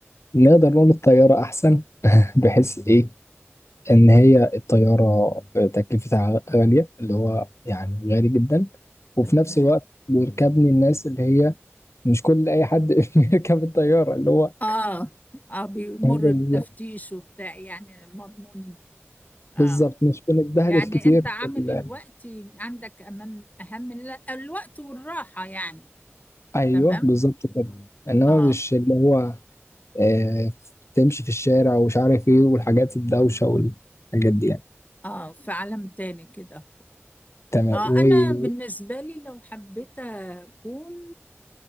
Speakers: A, on the left; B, on the left.
A: نقدر نقول الطيارة أحسن بحيث إيه إن هي الطيارة تكلفتها غالية اللي هو يعني غالي جدا وفي
B: تمام
A: نفس الوقت بيركبني الناس اللي هي مش كل أي حد <laughs> بيركب الطيارة اللي هو
B: آه آه بيمر
A: <laughs>
B: بتفتيش وبتاع يعني مضمونين آه
A: بالظبط مش بنتبهدل
B: يعني
A: كتير
B: أنت عامل
A: في ال-
B: الوقت عندك أمان أهم لا، الوقت والراحة يعني
A: أيوه
B: تمام
A: بالظبط كده إنما
B: آه
A: مش اللي هو آه، تمشي في الشارع ومش عارف ايه والحاجات الدوشة والحاجات دي يعني
B: آه في عالم تاني كده
A: تمام
B: اه
A: وليه
B: انا بالنسبه لي لو حبيت اكون